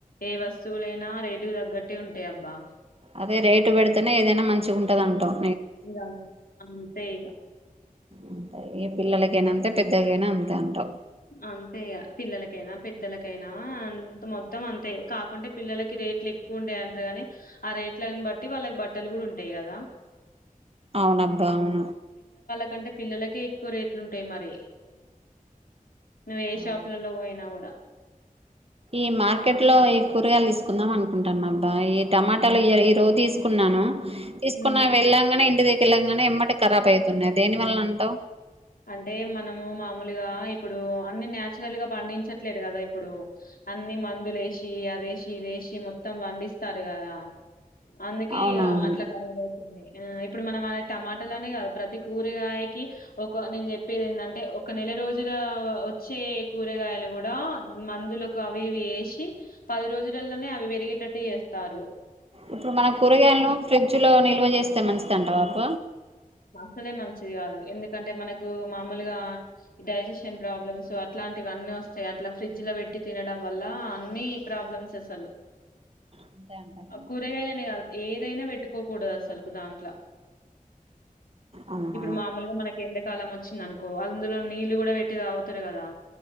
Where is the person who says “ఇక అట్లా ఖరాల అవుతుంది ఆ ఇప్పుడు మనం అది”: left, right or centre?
Left